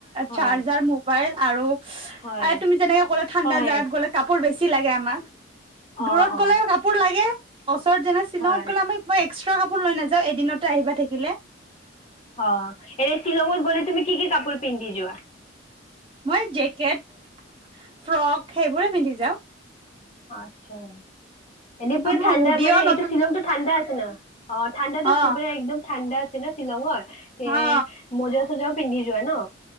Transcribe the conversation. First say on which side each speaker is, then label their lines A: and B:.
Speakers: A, on the left; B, on the right.
A: হয়
B: চাৰজাৰ মোবাইল আৰু
A: হয়
B: আ তুমি যেনেকে ক'লে ঠাণ্ডা
A: হয়
B: জাগাত গ'লে কাপোৰ বেছি। বেছি লাগে আমাক দূৰত
A: অ অ
B: গ'লে কাপোৰ লাগে। ওচৰত যেনে শ্বিলঙত
A: হয়
B: গ'লে আমি এক্স কাপোৰ লৈ নাযাওঁ এদিনতে আহিবা থাকিব কিলে
A: অ এনে শ্বিলঙত গলে তুমি কি কি কাপোৰ পিন্ধি যোৱা?
B: মই জেকেট, ফ্ৰক সেইবোৰে পিন্ধি যাওঁ।
A: আত্ছা এনেই পুৰা
B: মোৰ
A: ঠাণ্ডা
B: হুডিও
A: মানে এইটো
B: নতুন
A: শ্বিলংতটো ঠাণ্ডা আছে। ন <unintelligible> অঁ ঠাণ্ডাটো
B: অ
A: শিবৰে একদম ঠাণ্ডা ন শ্বিলঙৰ তে
B: অ
A: মোজা চোজা পিন্ধি যোৱা ন